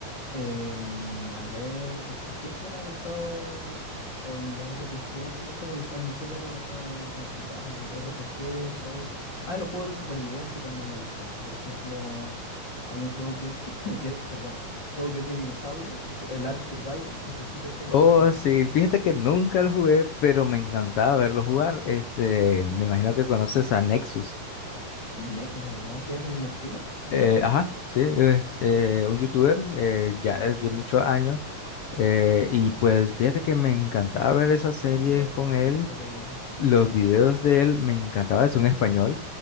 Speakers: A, on the left (about 30°); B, on the left (about 80°).
A: em, a ver, es que siempre me ha gustado el- los RPG, es como el- es mi género principal, el RPG, Souls. Ah, los juegos de supervivencia también me gustan. Por ejemplo, hay un juego que, <laughs> que, perdón, juego que es de dinosaurio, que es el Ark Survival, no sé si te suena
B: Oh,
A: ese juego.
B: sí, fíjate que nunca lo jugué, pero me encantaba verlo jugar. Este, me imagino que conoces a Nexus.
A: Ne- eh, no, que es un streamer,
B: Eh, ajá, sí, es eh, un youtuber eh, ya desde muchos años. eh, y pues fíjate que me encantaba ver esas series
A: Ve,
B: con él.
A: la serie de...
B: Los videos de él me encantaba, es un español.